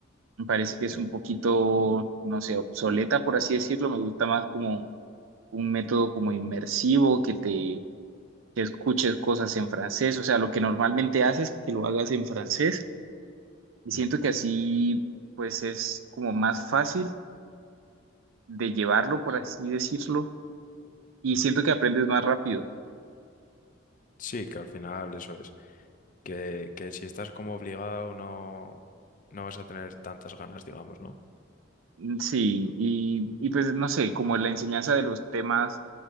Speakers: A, on the right; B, on the left.
A: me parece que es
B: Sí.
A: un poquito, no sé, obsoleta, por así decirlo, me gusta más como un método como inmersivo, que te que escuches cosas en francés, o sea, lo que normalmente haces, que lo hagas en francés, y siento
B: Ujú.
A: que así pues es como más fácil de llevarlo, por así decirlo, y siento que aprendes más rápido.
B: Sí, que al final eso es. Que, que si estás como obligado no, no vas a tener tantas ganas, digamos, ¿no?
A: Mm, Sí, y, y pues no sé, como la enseñanza de los temas,